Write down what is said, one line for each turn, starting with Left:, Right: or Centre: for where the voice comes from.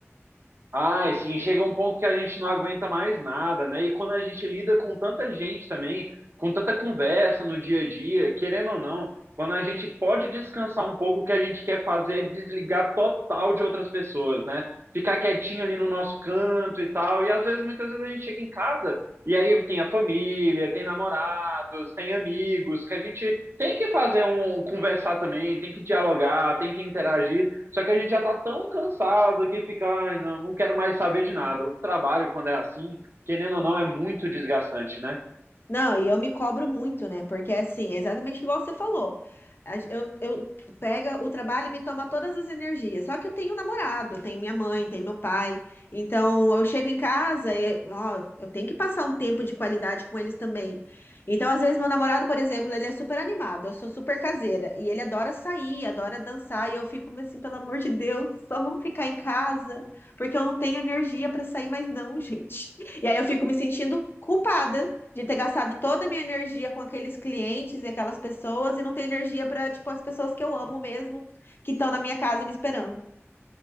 Right: Ah, assim, chega um ponto que a gente não aguenta mais nada, né? E quando a gente lida com tanta gente também, com tanta conversa no dia a dia, querendo ou não, quando a gente pode descansar um pouco, o que a gente quer fazer é desligar total de outras pessoas, né? Ficar quietinho ali no nosso canto e tal. E às vezes, muitas vezes a gente chega em casa e aí tem a família, tem namorados, tem amigos, que a gente tem que fazer um conversar também, tem que dialogar, tem que interagir. Só que a gente já tá tão cansado que fica, ai, não, não quero mais saber de nada. O trabalho, quando é assim, querendo ou não, é muito desgastante, né?
Left: Não, e eu me cobro muito, né? Porque assim, é exatamente igual você falou. A gen- Eu, eu pega o trabalho e me toma todas as energias. Só que eu tenho um namorado, tenho minha mãe, tenho meu pai. Então eu chego em casa e ó, eu tenho que passar um tempo de qualidade com eles também. Então, às vezes, meu namorado, por exemplo, ele é super animado, eu sou super caseira. E ele adora sair, adora dançar. E eu fico assim, pelo amor de Deus, só vamos ficar em casa, porque eu não tenho energia para sair mais, não, <laughs> gente. E aí eu fico me sentindo culpada de ter gastado toda a minha energia com aqueles clientes e aquelas pessoas e não ter energia para, tipo, as pessoas que eu amo mesmo, que estão na minha casa me esperando.